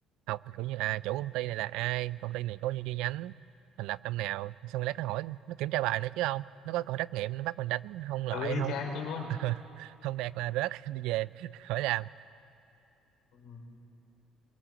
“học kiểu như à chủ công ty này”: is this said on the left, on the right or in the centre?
Right